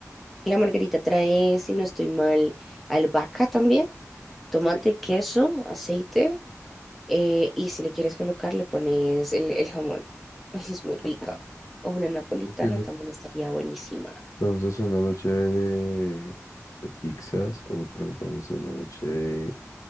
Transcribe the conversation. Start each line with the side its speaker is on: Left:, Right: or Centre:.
Centre: La margarita trae, si no estoy mal, albahaca también, tomate,
Left: Sí.
Centre: queso, aceite eh, y si le quieres colocar le pones el, el jamón. <laughs> Ay, es muy rica.
Left: Ok.
Centre: O una napolitana
Left: Ok.
Centre: también estaría buenísima.
Left: Vamos a hacer una noche de, de pizzas, otra vamos a hacer una noche de